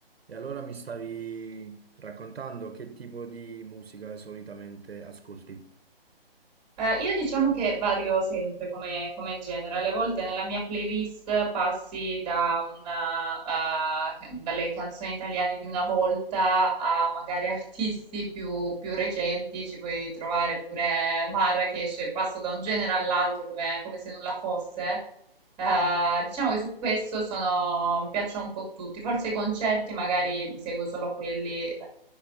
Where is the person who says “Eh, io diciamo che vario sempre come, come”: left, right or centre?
Right